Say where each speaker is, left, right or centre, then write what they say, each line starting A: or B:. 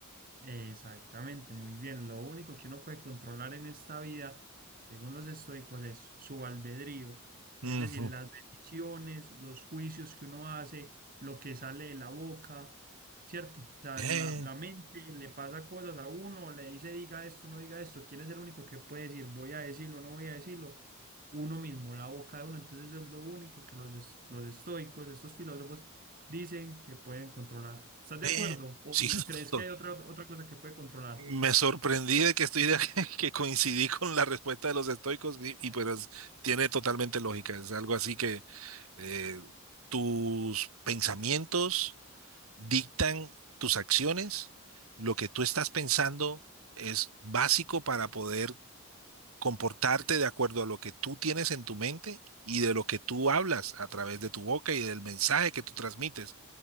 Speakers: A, on the right; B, on the right.
A: Exactamente, muy bien. Lo único que uno puede controlar en esta vida, según los estoicos, es su albedrío, es
B: Ujú.
A: decir, las decisiones, los juicios que uno hace, lo que sale de la boca, ¿cierto? O sea,
B: Eh,
A: la, la mente le pasa cosas a uno, le dice diga esto, no diga esto. ¿Quién es el único que puede decir voy a decirlo, no voy a decirlo? Uno mismo, la boca de uno. Entonces, eso es lo único que los, es- los estoicos, estos filósofos, dicen que pueden controlar. ¿Estás de
B: ve,
A: acuerdo? ¿O
B: sí, <laughs>
A: crees que hay otra, otra cosa que puede controlar?
B: me sorprendí de que estoy de- <laughs> que coincidí con la respuesta de los estoicos y, y pues tiene totalmente lógica. Es algo así que eh, tus pensamientos dictan tus acciones. Lo que tú estás pensando es básico para poder comportarte de acuerdo a lo que tú tienes en tu mente y de lo que tú hablas a través de tu boca y del mensaje que tú transmites.